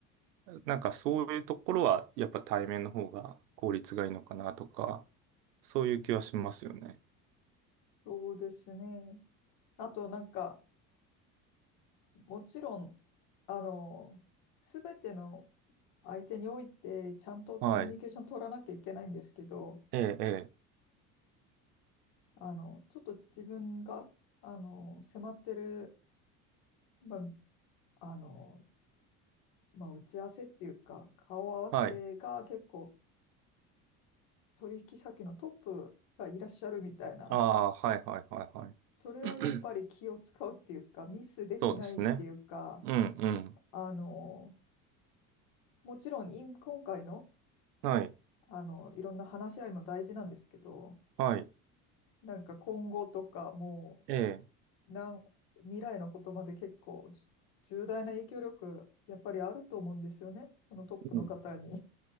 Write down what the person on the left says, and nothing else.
そうですね。あと、なんか、もちろん、あの、すべての相手において、ちゃんとコミュニケーション取らなきゃいけないんですけど、
あの、ちょっと自分が、あの、迫ってる、まあ、あの、まあ、打ち合わせっていうか、顔合わせが結構
取引先のトップがいらっしゃるみたいな、
それはやっぱり気を使うっていうか、
ミスできないっていうか、
あの、もちろん今今回の、
あの、いろんな話し合いも大事なんですけど、
なんか今後とかも
う、なん未来のことまで結構じ重大な影響力、やっぱりあると思うんですよね、そのトップの方に。